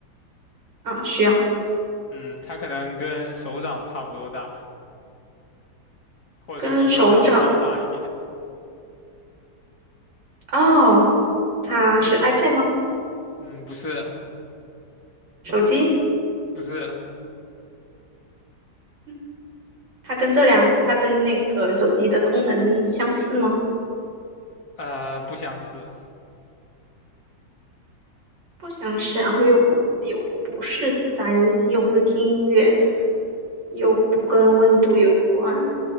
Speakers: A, on the right; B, on the left.
A: 啊，需要
B: 嗯，它可能跟手掌差不多大。或者说比手掌稍大一点。
A: 跟手掌。哦，它是 iPad 吗？
B: 嗯，不是，
A: 手机？
B: 不是，
A: 嗯它跟这两，它跟那个手机的功能相似吗？
B: 呃，不相似。
A: 不相似，然后又不又不是打游戏，又不是听音乐，又不跟温度有关，